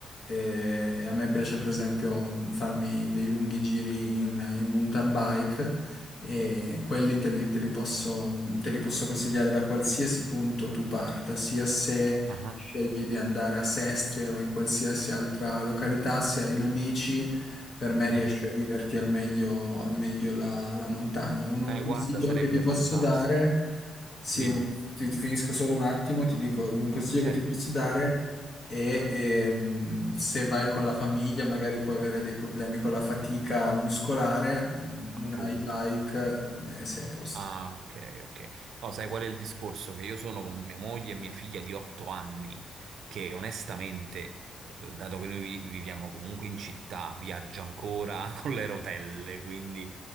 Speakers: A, on the left; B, on the right.
A: e a me piace per esempio farmi dei lunghi giri in, in mountain bike e quelli te li, te li posso, te li posso consigliare da qualsiasi punto tu parta, sia se
B: Ah,
A: scegli di andare a Sestri o in qualsiasi altra località, se hai una bici, per me riesci
B: mhm.
A: a viverti al meglio, al meglio la, la montagna. Un, un
B: Eh,
A: consiglio
B: guarda, sarebbe
A: che ti posso
B: fantastico.
A: dare, sì,
B: Dimmi,
A: ti, ti finisco solo un attimo, ti dico un consiglio
B: certo,
A: che ti posso dare
B: figurati.
A: e ehm, se vai con la famiglia magari puoi avere dei problemi con la fatica muscolare, mm,
B: appunto.
A: una e-bike eh, sei a posto.
B: Ah, ok, ok. No, sai qual è il discorso? Che io sono con mia moglie e mia figlia di 8 anni, che onestamente, eh, dato che noi vi- viviamo comunque in città, viaggia ancora <laughs> con le rotelle, quindi